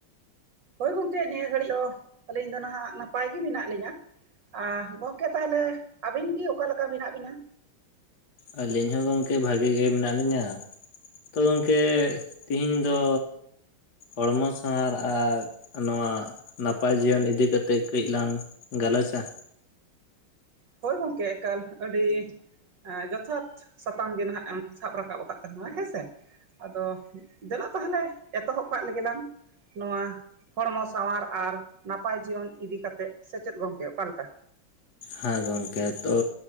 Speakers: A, on the right; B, on the left.
A: ᱦᱳᱭ ᱜᱚᱝᱠᱮ ᱱᱤᱭᱟᱹ ᱜᱷᱟᱹᱲᱤᱡ ᱫᱚ ᱟᱹᱞᱤᱧ ᱫᱚ ᱱᱟᱦᱟᱜ ᱱᱟᱯᱟᱭ ᱜᱮ ᱢᱮᱱᱟᱜ ᱞᱤᱧᱟ᱾ ᱟᱸ ᱜᱚᱝᱠᱮ ᱛᱟᱦᱚᱞᱮ ᱟᱵᱤᱱ ᱜᱤ ᱚᱠᱟ ᱞᱮᱠᱟ ᱢᱮᱱᱟᱜ ᱵᱤᱱᱟ?
B: ᱟᱹᱞᱤᱧ ᱦᱚᱸ ᱜᱚᱝᱠᱮ ᱵᱷᱟᱹᱜᱮ ᱜᱮ ᱢᱮᱱᱟᱜ ᱞᱤᱧᱟ᱾ ᱛᱚ ᱜᱚᱝᱠᱮ ᱛᱤᱦᱤᱧ ᱫᱚ ᱦᱚᱲᱢᱚ ᱥᱟᱶᱟᱨ ᱟᱨ ᱱᱚᱣᱟ ᱱᱟᱯᱟᱭ ᱡᱤᱭᱚᱱ ᱤᱫᱤ ᱠᱟᱛᱮᱫ ᱠᱟᱹᱡ ᱞᱟᱝ ᱜᱟᱞᱚᱪᱟ?
A: ᱦᱳᱭ ᱜᱚᱝᱠᱮ ᱮᱠᱟᱞ ᱟᱹᱰᱤ ᱮᱸ ᱡᱚᱛᱷᱟᱛ ᱥᱟᱛᱟᱢ ᱜᱮ ᱱᱟᱦᱟᱜ ᱮᱢ ᱥᱟᱵ ᱨᱟᱠᱟᱵ ᱟᱠᱟᱫ ᱛᱟᱦᱮ ᱱᱟ ᱦᱮᱸᱥᱮ ᱟᱫᱚ ᱫᱮᱞᱟ ᱛᱟᱦᱚᱞᱮ ᱮᱛᱚᱦᱚᱵ ᱠᱟᱜ ᱞᱮᱜᱮ ᱞᱟᱝ᱾ ᱱᱚᱣᱟ ᱦᱚᱲᱢᱚ ᱥᱟᱶᱟᱨ ᱟᱨ ᱱᱟᱯᱟᱭ ᱡᱤᱭᱚᱱ ᱤᱫᱤ ᱠᱟᱛᱮᱫ ᱥᱮᱪᱮᱫ ᱜᱚᱢᱠᱮ ᱚᱠᱟ ᱞᱮᱠᱟ?
B: ᱦᱮᱸ ᱜᱚᱝᱠᱮ ᱛᱚ